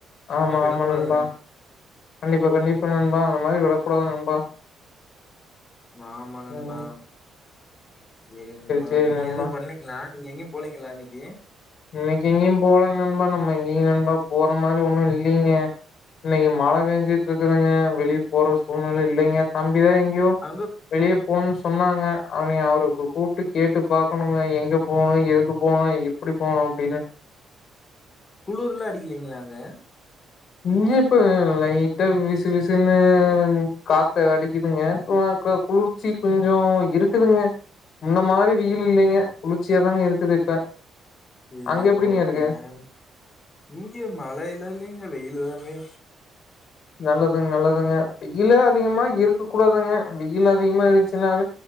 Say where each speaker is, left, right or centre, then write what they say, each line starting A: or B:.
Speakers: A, on the left; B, on the left.
A: ஆமா
B: அதெல்லா விடக்கூடாது
A: ஆமா நண்பா கண்டிப்பா கண்டிப்பா நண்பா அந்த மாதிரி விடக்கூடாது நண்பா
B: ஆமா நண்பா
A: ம்
B: சேரி நண்பா
A: சேரி
B: நீங்க
A: நண்பா
B: எது பண்ணிங்களா நீங்க எங்கேயு போலீங்களா இன்னைக்கு
A: இன்னைக்கு எங்கேயு போலங்க நண்பா நம்ம எங்கேயங்க நண்பா போற மாறி ஒண்ணு இல்லைங்க இன்னைக்கு மழ பேஞ்சிட்ருக்குதுங்க வெளியே போற சூழ்நில இல்லங்க தம்பிதா எங்கேயோ
B: அங்க
A: வெளியே போணும்னு சொன்னாங்க அவனய அவருக்கு கூப்ட்டு கேட்டு பாக்கணுங்க எங்க போணு எதுக்கு போணு எட்டி போணு அப்டின்னு
B: குளுர்லா அடிக்கலைங்களா அங்க
A: இங்க இப்ப லைட்டா விசு விசுன்னு காத்து அடிக்குதுங்க அ குளுர் சி கொஞ்சோ இருக்குதுங்க முன்ன மாரி வெயில் இல்லைங்க குளிர்ச்சியாதாங்க இருக்குது இப்ப
B: சேரி
A: அங்க எப்டிங்க
B: ஓகேங்க
A: இருக்கு
B: இங்க மழைல இல்ல இல்லங்க வெயில் தாங்க
A: நல்லதுங்க நல்லதுங்க வெயிலே அதிகமா இருக்க கூடாதுங்க வெயில் அதிகமா இருந்துச்சுன்னாவே